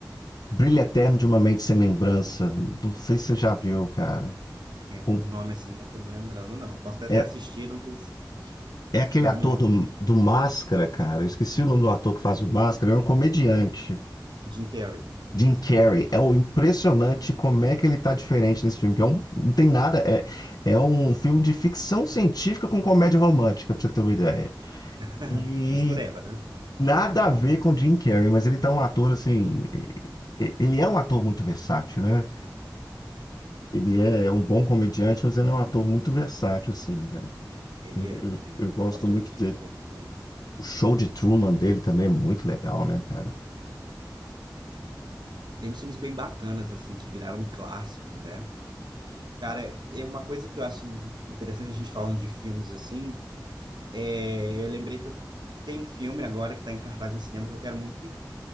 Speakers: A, on the left; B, on the right.
A: Brilho Eterno de uma Mente Sem Lembrança. Não sei se você já viu, cara.
B: É,
A: Com-
B: por nome assim, não tô me lembrando, não. Posso até
A: é,
B: ter assistido, mas
A: é aquele
B: não
A: ator
B: me lembro.
A: do, do Máscara, cara, eu esqueci o nome do ator que faz o Máscara, ele é um comediante.
B: Jim Carrey.
A: Jim Carrey. É o impressionante como é que ele tá diferente nesse filme, que é um, não tem nada, é, é um filme de ficção científica com comédia romântica, pra você ter uma ideia.
B: <laughs>
A: E
B: Mistureba, né?
A: nada a ver com Jim Carrey, mas ele tá um ator assim, ele é um ator muito versátil, né? Ele é é um bom comediante, mas ele é um ator muito versátil, assim, cara.
B: Ele
A: Eu,
B: é,
A: eu,
B: ele
A: eu
B: é.
A: gosto
B: Eu gosto de
A: muito
B: alguns filmes
A: dele.
B: com ele também.
A: O show de Truman dele também é muito legal, né, cara?
B: Tem uns filmes bem bacanas, assim, que viraram clássicos, né? Cara, é uma coisa que eu acho interessante a gente falando de filmes assim, é, eu lembrei que eu tenho um filme agora que tá em cartaz no cinema que eu quero muito